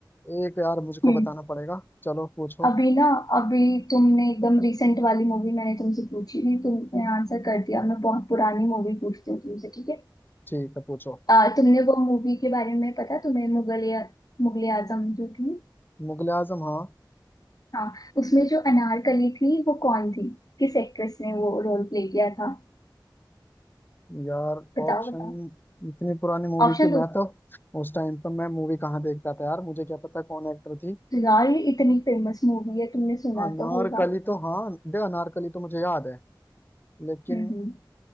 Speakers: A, on the left; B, on the left.
A: एक यार मुझको
B: हम्म
A: बताना पड़ेगा चलो पूछो
B: अभी ना अभी तुमने एकदम रिसेंट वाली मूवी मैंने तुमसे पूछी थी तुमने आंसर कर दिया मैं बहुत पुरानी मूवी पूछती हूँ तुमसे ठीक है
A: ठीक है पूछो
B: आ, तुमने वो मूवी के बारे में पता तुम्हें मुगल या मुगले आजम जो थी
A: मुगले आजम हाँ
B: हाँ उसमें जो अनारकली थी वो कौन थी किस एक्ट्रेस ने वो रोल प्ले किया था
A: यार
B: बताओ
A: ऑप्शन
B: बताओ
A: इतनी पुरानी मूवी
B: ऑप्शन
A: की
B: दो
A: मैं तो उस टाइम पर मैं मूवी कहाँ देखता था यार मुझे क्या पता कौन एक्टर थी
B: यार ये इतनी फेमस मूवी है तुमने सुना
A: अनारकली
B: तो होगा
A: तो हाँ दे अनारकली तो मुझे याद है लेकिन
B: हम्म हम्म,